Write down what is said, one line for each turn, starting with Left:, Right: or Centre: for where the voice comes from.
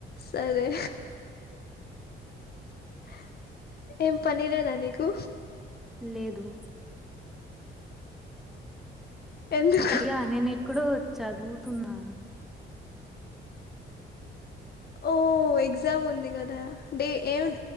Left: సరే హా ఏం పని లేదా నీకు
Centre: లేదు
Left: ఎందుకు
Centre: ప్రియ నేను ఎక్కడో చదువుతున్నా
Left: ఓ ఎగ్జామ్ ఉంది కదా డే ఏం